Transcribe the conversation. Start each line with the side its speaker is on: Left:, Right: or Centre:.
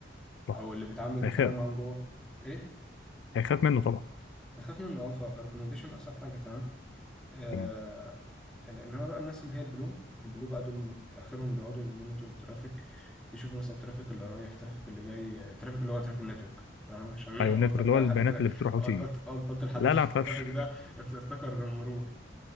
Left: صح
Centre: او اللي بيتعامل بيتعامل
Left: هيخاف
Centre: معاهم جوه ايه
Left: هيخاف منه طبعا
Centre: بيخاف منه اه فريكومنديشن احسن حاجة تمام آه،
Left: تمام
Centre: آه، انما بقى الناس اللي هي البلو البلو بقى دول اخرهم بيقعدوا يمونيتور الترافيك يشوفوا مثلا الترافيك اللي رايح الترافيك اللي جاي الترافيك اللي هو ترافيك نتورك تمام عشان
Left: ايوه
Centre: قلت
Left: النتورك
Centre: جاي
Left: اللي هو البيانات
Centre: لحد ترا...
Left: اللي بتروح وتيجي
Centre: قلت قلت قلت لحد
Left: لا
Centre: الترافيك
Left: لا ما تخافش
Centre: ده افت- افتكر مرور